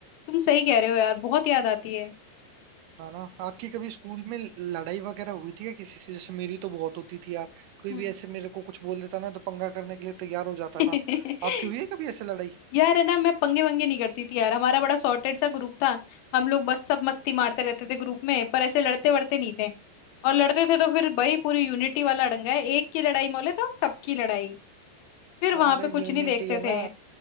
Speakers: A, on the left; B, on the right.
A: तुम सही कह रहे हो यार बहुत याद आती है
B: है ना आपकी कभी स्कूल में लड़ाई वगैरह हुई थी या किसी से जैसे मेरी तो बहुत होती थी यार कोई
A: हम्म
B: भी ऐसे मेरे को कुछ बोल देता ना तो पंगा करने के लिए तैयार हो जाता था
A: <laughs>
B: आपकी हुई है कभी ऐसे लड़ाई
A: यार है ना मैं पंगे वंगे नहीं करती थी यार हमारा बड़ा सॉर्टेड सा ग्रुप था हम लोग बस सब मस्ती मारते रहते थे ग्रुप में पर ऐसे लड़ते वड़ते नहीं थे और लड़ते थे तो फिर भाई पूरी यूनिटी वाला डंगा है एक की लड़ाई मोले तो सबकी लड़ाई फिर
B: अरे
A: वहां पे
B: यूनिटी
A: कुछ नहीं देखते
B: है ना
A: थे